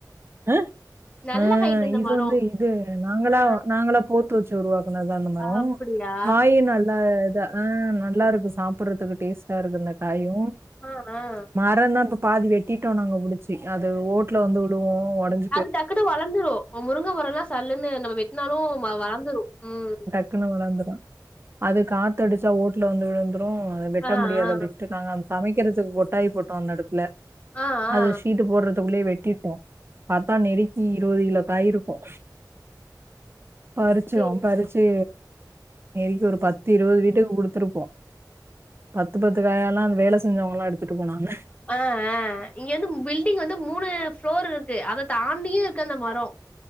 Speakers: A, on the right; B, on the left.
A: அ
B: நல்ல
A: ஆ
B: ஹைட்டு இந்த
A: இது
B: மரோ
A: வந்து இது நாங்களா
B: ஆ
A: நாங்களா போத்து வச்சு உருவாக்குனது தா இந்த மரோ
B: அப்படியா
A: காயினா நல்லா இத ஆ நல்லா இருக்கு சாப்டறதுக்கு டேஸ்ட்டா இருக்கு இந்த காயு
B: ஆ
A: மரம் தா இப்ப பாதி வெட்டிட்டோ நாங்க புடிச்சு அது ஓட்ல வந்து விழுவு உடஞ்சு
B: அது டக்குன்னு வளர்ந்துரு முருங்க மரோ எல்லா சல்லுன்னு நம்ம வெட்டினாலு வளர்ந்துரு ம்
A: டக்குனு வளந்துரு அது காத்தடிச்சா ஓட்ல வந்து விழுந்துரு அத வெட்ட
B: ஆ
A: முடியாது
B: ஆ
A: அப்டி விட்ருங்காங்க அ சமக்கிறதுக்கு கொட்டாயி போட்டோ அந்த எடத்துல
B: ஆ ஆ
A: அது ஷீட்டு போடுறதுக்குள்ளேயே வெட்டிட்டோ பாத்தா நெருக்கி இருபது கிலோ காய் இருக்கு பறிச்சோ
B: சேரி
A: பறிச்சு நெரிக்கு ஒரு பத்து இருபது வீட்டுக்கு குடுத்துருப்போ பத்து பத்து காயால்லா அந்த வேல செஞ்சவங்கல்லா எடுத்துட்டு போனாங்க
B: ஆ ஆ அ இங்க வந்து பில்டிங் வந்து மூணு ஃப்ளோர் இருக்கு அத தாண்டியே இருக்கு அந்த மரோ